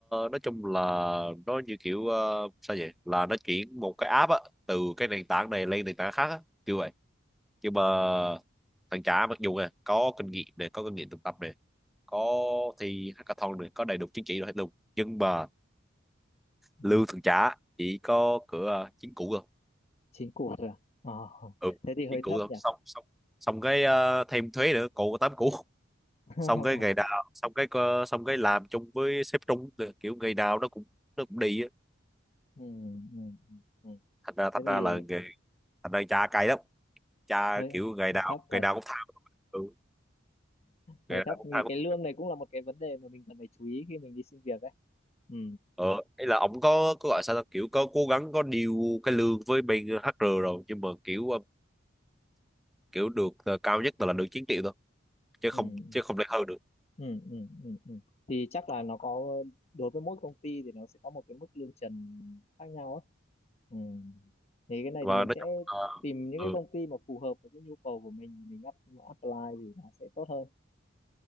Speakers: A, in the centre; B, on the left (about 35°).
A: nói chung là nó như kiểu ờ, sao vậy là nó chuyển một cái app á từ cái nền tảng này lên nền tảng khác á kiểu vậy nhưng mà thằng chả mặc dù nè có kinh nghiệm này có kinh nghiệm thực tập có thi hackathon được có đầy đủ chứng chỉ rồi hết luôn nhưng mà
B: ừ.
A: lương thường trả chỉ có cửa ờ, chính cũ thôi
B: chín củ thôi à Ờ,
A: ừ
B: thế thì hơi
A: chính cũ
B: thấp
A: thôi
B: nhỉ
A: xong xong xong cái ờ, thêm thuế nữa cũ tám cũ
B: <laughs>
A: xong cái ngày nào xong cái ờ, xong cái làm chung với sếp trung nữa. kiểu ngày nào nó cũng nó cũng đi á
B: ừ, ừ, ừ. ừ.
A: thành ra thành
B: thế
A: ra
B: thì
A: là nghề thành ra cha cay lắm cha
B: hơi
A: kiểu ngày
B: hơi
A: nào
B: thấp thật
A: ngày nào cũng thao ừ,
B: hơi
A: ngày
B: thấp
A: nào cũng
B: vì
A: thao
B: cái lương này cũng là một cái vấn đề mà mình cần phải chú ý khi mình đi xin việc ấy ừ
A: ờ ấy là ổng có có gọi sao ta kiểu có cố gắng có điều cái lương với bên HR rồi nhưng mà kiểu ờ, kiểu được ờ, cao nhất là được 9 triệu thôi chứ
B: ừ
A: không chứ không lên hơn được
B: ừ ừ ừ ừ thì chắc là nó có đối với mỗi công ty thì nó sẽ có một cái mức lương trần khác nhau ấy ừ thì cái này
A: và
B: thì mình
A: nói
B: sẽ
A: chung là
B: tìm những
A: ừ
B: cái công ty mà phù hợp với cái nhu cầu của mình mình up, apply thì nó sẽ tốt hơn